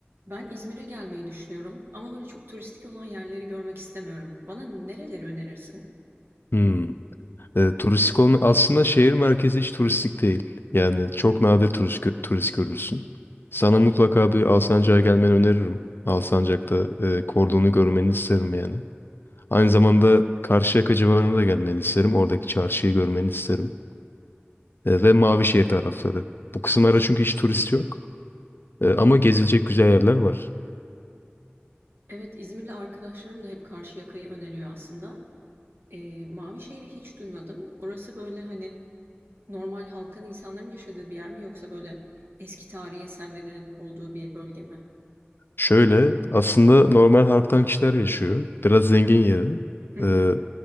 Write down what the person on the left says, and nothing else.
Hmm. E, turistik olma aslında şehir merkezi hiç turistik değil. Yani çok nadir turist, gö- turist görürsün. Sana mutlaka bir Alsancak'a gelmeni öneririm. Alsancak'ta e, kordonu görmeni isterim yani. Aynı zamanda Karşıyaka civarına da gelmeni isterim. Oradaki çarşıyı görmeni isterim. E, ve Mavişehir tarafları. Bu kısımlara çünkü hiç turist yok. E, ama gezilecek güzel yerler var.
Şöyle aslında normal halktan kişiler yaşıyor. Biraz zengin yeri.
E,